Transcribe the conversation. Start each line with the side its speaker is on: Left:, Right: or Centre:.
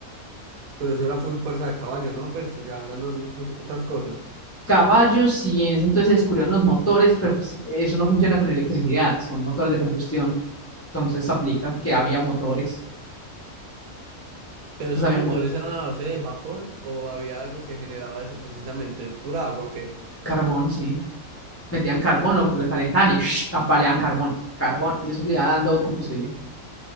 Right: Pero eso era full fuerza de caballo, ¿no? Pues ya hablando de otras otras cosas.
Left: Caballos, sí, en ese entonces se descubrieron los motores, pero pues eso no funciona con electricidad, son motores de combustión. Entonces aplica que había motores.
Right: ¿Pero
Left: Entonces
Right: esos
Left: habían
Right: motores
Left: mo-
Right: eran a base de vapor o había algo que generaba eso precisamente? ¿Pura agua o qué?
Left: carbón, sí. Metían carbón, ¿no? Porque lo calentaban y <sniffs> ¡sh! apaleaban carbón, carbón, y eso le iba dando combustible.